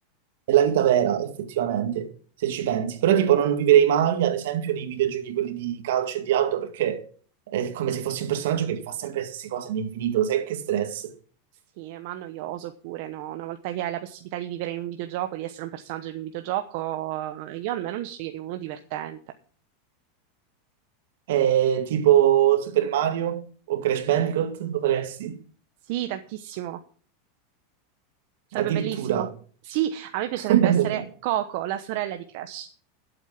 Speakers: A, on the right (about 75°); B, on the right (about 60°).
A: È la vita vera, effettivamente, se ci pensi. Però tipo non vivrei mai, ad esempio, nei videogiochi quelli di calcio e di auto, perché è come se fossi un personaggio che ti fa sempre le stesse cose all'infinito, sai che stress.
B: Sì, ma noioso pure, no? Una volta che hai la possibilità di vivere in un videogioco, di essere un personaggio di un videogioco, eh, io almeno ne sceglierei uno divertente.
A: Eh, tipo Super Mario o Crash Bandicoot, lo faresti?
B: Sì, tantissimo. Sarebbe
A: Addirittura.
B: bellissimo. Sì, a me piacerebbe
A: <laughs>
B: essere Coco, la sorella di Crash.